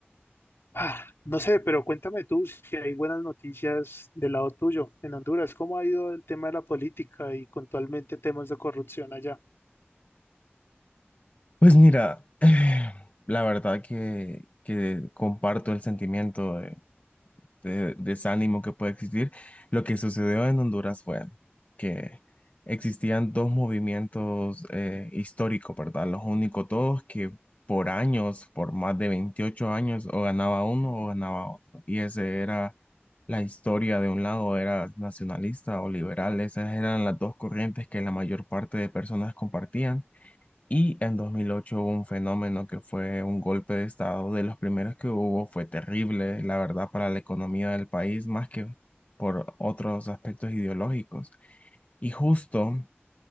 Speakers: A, on the left; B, on the left.
A: Ah, no sé, pero cuéntame tú si hay buenas noticias del lado tuyo en Honduras. ¿Cómo ha ido el tema de la política y puntualmente temas de corrupción allá?
B: Pues mira, <sighs> la verdad que, que comparto el sentimiento de desánimo que puede existir. Lo que sucedió en Honduras fue que existían dos movimientos eh, históricos, ¿verdad? Los únicos dos que por años, por más de 28 años, o ganaba uno o ganaba otro. Y ese era la historia de un lado, era nacionalista o liberal. Esas eran las dos corrientes que la mayor parte de personas compartían. Y en 2008 hubo un fenómeno que fue un golpe de estado, de los primeros que hubo, fue terrible, la verdad, para la economía del país, más que por otros aspectos ideológicos. Y justo